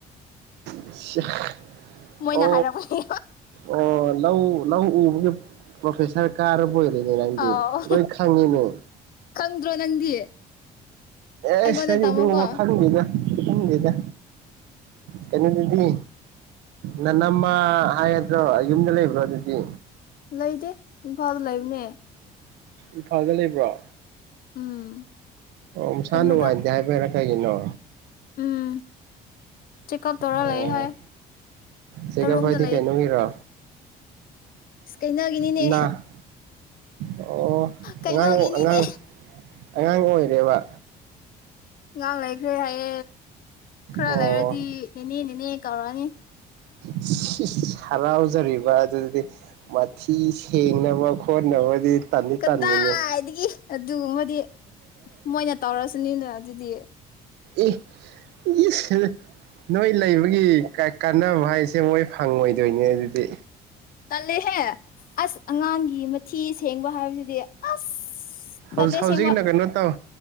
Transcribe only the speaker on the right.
<inaudible>
ꯑꯣ
ꯑꯣ ꯂꯧ ꯂꯧ ꯎꯕꯗꯨ <inaudible> ꯄ꯭ꯔꯣꯐꯦꯁꯔ ꯀꯥꯔꯕ ꯑꯣꯏꯔꯦꯅꯦ ꯅꯪꯗꯤ
ꯂꯣꯏ ꯈꯪꯉꯤꯅꯦ
ꯑꯁ ꯑꯩꯗꯤ
ꯑꯗꯨꯒꯝꯕ ꯈꯪꯗꯦꯗ ꯈꯪꯗꯦꯗ ꯀꯩꯅꯣꯗꯨꯗꯤ ꯅꯅꯝꯃꯥ ꯍꯥꯏꯒꯗ꯭ꯔꯣ ꯌꯨꯝꯗ ꯂꯩꯕ꯭ꯔꯣ ꯑꯗꯨꯗꯤ
ꯏꯝꯐꯥꯜꯗ ꯂꯩꯕ꯭ꯔꯣ
ꯎꯝ ꯅꯁꯥ
ꯅꯨꯡꯉꯥꯏꯇꯦ ꯍꯥꯏꯕꯩꯔ ꯀꯩꯒꯤꯅꯣ
ꯑꯣ
ꯆꯦꯛꯀꯞ
ꯍꯥꯏꯗꯤ ꯀꯩꯅꯣꯒꯤꯔ
ꯅꯥ ꯑꯣ
ꯑꯉꯥꯡ ꯑꯉꯥꯡ ꯑꯉꯥꯡ ꯑꯣꯏꯔꯦꯕ
ꯑꯣ
<unintelligible> ꯍꯔꯥꯎꯖꯔꯤꯕ ꯑꯗꯨꯗꯤ ꯃꯊꯤ ꯁꯦꯡꯅꯕ ꯐꯣꯟ ꯅꯕꯗꯤ ꯇꯟ
ꯇꯟꯅꯤꯅꯦ
ꯏ ꯏꯁ ꯅꯣꯏ ꯂꯩꯕꯒꯤ ꯀꯥꯟꯅꯕ ꯍꯥꯏꯁꯦ ꯃꯣꯏ ꯐꯪꯉꯣꯏ ꯗꯨꯏꯅꯦꯗꯨꯗꯤ
ꯖꯤ
ꯍꯧꯖꯤꯛꯅ ꯀꯩꯅꯣ ꯇꯧ